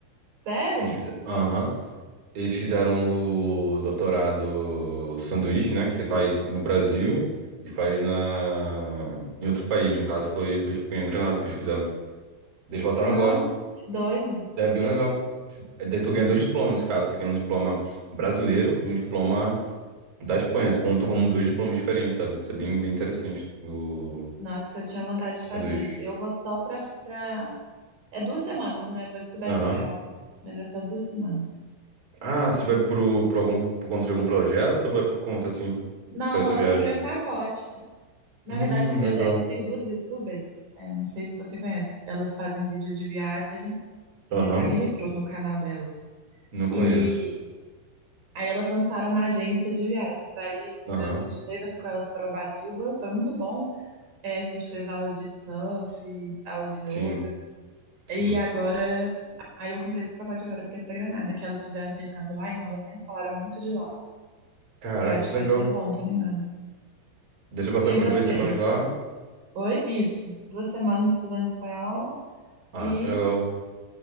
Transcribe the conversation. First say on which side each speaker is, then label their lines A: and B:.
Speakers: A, on the right (about 50°); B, on the right (about 30°).
A: Sério?
B: A gente fez- Aham. Eles fizeram o doutorado sanduíche, né? Que você faz no Brasil e faz na... em outro país. No caso, foi, foi Espanha, Granada que eles fizeram. Eles voltaram
A: Não,
B: agora.
A: que doido.
B: É bem legal. É, daí tu ganha dois diplomas nesse caso. Você ganha um diploma brasileiro e um diploma da Espanha. Contam como dois diplomas diferentes, sabe? Isso é bem, bem interessante o
A: Nossa, eu tinha vontade de
B: o
A: fazer.
B: sanduíche.
A: Eu vou só pra, pra É duas semanas, né? Vou estudar
B: Aham.
A: espanhol, mas é só duas semanas.
B: Ah, você vai pro, por algum, por conta de algum projeto ou vai por conta, assim,
A: Não,
B: para essa
A: eu
B: viagem?
A: comprei um pacote. Na
B: Hum,
A: verdade, eu,
B: legal.
A: eu sigo duas YouTubers. é, não sei se você conhece. Elas fazem vídeos de viagem.
B: Aham.
A: É, Camila e Bruno, o canal delas.
B: Não
A: E
B: conheço.
A: aí elas lançaram uma agência de viagens. Aí,
B: Aham,
A: em 2023, eu fui com elas para Ubatuba. Foi muito bom. É, a gente fez aula de surf, aula de
B: Sim,
A: yoga.
B: sim.
A: E agora, aí eu comprei esse pacote agora para ir para Granada, que elas fizeram intercâmbio lá, então elas sempre falaram muito de lá.
B: Caraca,
A: Eu acho
B: que
A: que
B: legal.
A: vai ser bom, tô animada.
B: Deixa eu passar
A: E
B: aqui
A: você?
B: duas semanas lá.
A: Oi? Isso. Duas semanas estudando espanhol
B: Ah,
A: e
B: que legal.